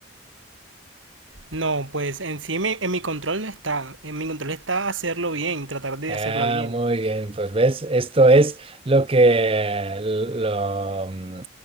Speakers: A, on the right; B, on the right.
A: No, pues en sí mi- en mi control no está. En mi control está hacerlo bien, tratar de
B: Ah,
A: hacerlo bien.
B: muy bien, pues ves, esto es lo que lo, mm,